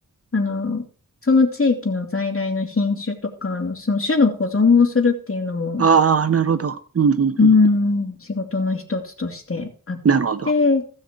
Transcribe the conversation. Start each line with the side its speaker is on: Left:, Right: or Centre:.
Left: あの、その地域の在来の品種とか、あの、その種の保存をするっていうのも、
Right: ああ、なるほど。うんうんうん。
Left: うん、仕事の一つとしてあって、
Right: なるほど。